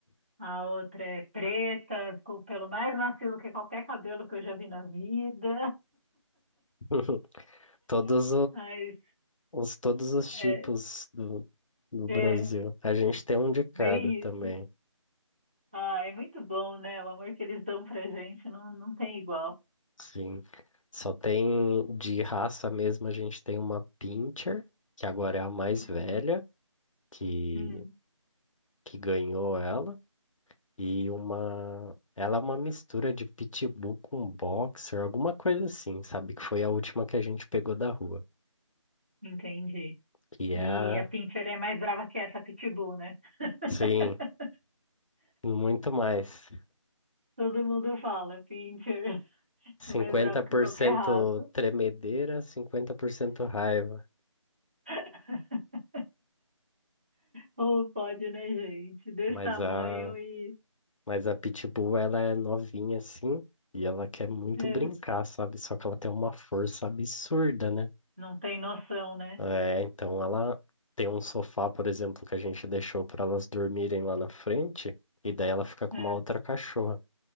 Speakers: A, on the right; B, on the left.
A: a outra é preta, ficou o pelo mais macio do que qualquer cabelo que eu já vi na vida,
B: <laughs> Todos
A: <laughs> mas
B: os todos os tipos
A: é,
B: do, do
A: é
B: Brasil. A gente tem um de cada
A: bem
B: também,
A: isso. Ah, é muito bom, né? O amor que eles dão pra gente não, não tem igual.
B: sim. Só tem de raça mesmo, a gente tem uma Pinscher, que agora é a mais
A: Hum,
B: velha, que,
A: hum.
B: que ganhou ela, e uma. Ela é uma mistura de pitbull com boxer, alguma coisa assim, sabe? Que foi a última que a gente pegou da rua.
A: Entendi.
B: Que
A: E
B: é a.
A: a Pinscher é mais brava que essa Pitbull, né? <laughs>
B: Sim, muito mais.
A: Todo mundo fala, Pinscher
B: cinquenta
A: é mais brava que
B: por
A: qualquer
B: cento
A: raça.
B: tremedeira, 50% raiva.
A: <laughs> Ou pode, né, gente? Desse
B: Mas
A: tamanho
B: a,
A: e
B: mas a Pitbull, ela é novinha assim, e ela quer muito
A: é,
B: brincar, sabe? Só que ela tem uma força absurda, né?
A: não tem noção, né?
B: É, então ela tem um sofá, por exemplo, que a gente deixou para elas dormirem lá na frente, e daí ela fica com
A: É.
B: uma outra cachorra.